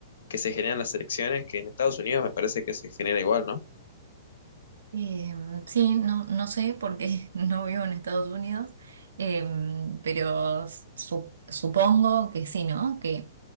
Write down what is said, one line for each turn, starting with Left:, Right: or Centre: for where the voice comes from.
Left: que se generan las elecciones, que en Estados Unidos me parece que se genera igual, ¿no?
Right: Em, sí, no, no sé porque <laughs> no vivo en Estados Unidos, em, pero su- supongo que sí, ¿no? Que